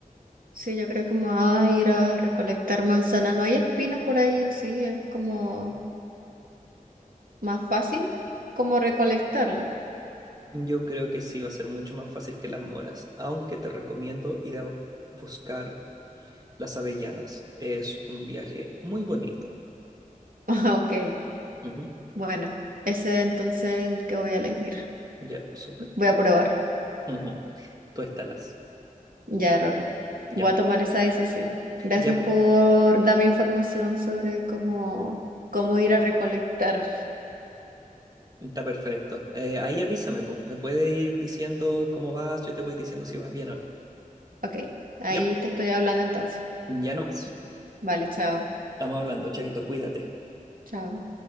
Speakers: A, on the right; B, on the right.
A: sí, yo creo que me voy a ir a recolectar manzana. ¿No hay espinas por ahí o sí? Es como más fácil como recolectarlas.
B: Yo creo que sí va a ser mucho más fácil que las moras, aunque te recomiendo ir a buscar Las Avellanas. Es un viaje muy bonito.
A: <laughs> Ah, Ok,
B: Ujú.
A: bueno, ese entonces es el que voy a elegir.
B: Ya, súper.
A: Voy a probar.
B: Ujú. Tú estalas.
A: Ya, Rorro.
B: Ya,
A: Voy a tomar esa decisión. Gracias
B: ya, pues.
A: por darme información sobre cómo, cómo ir a recolectar.
B: Está perfecto. Eh, ahí avísame, po. Me puede ir diciendo cómo vas, yo te voy diciendo si vas bien o no.
A: Ok, ahí
B: Ya, po.
A: te estoy hablando entonces.
B: ya nomás.
A: Vale, chao.
B: Estamos hablando, chavito, cuídate.
A: Chao.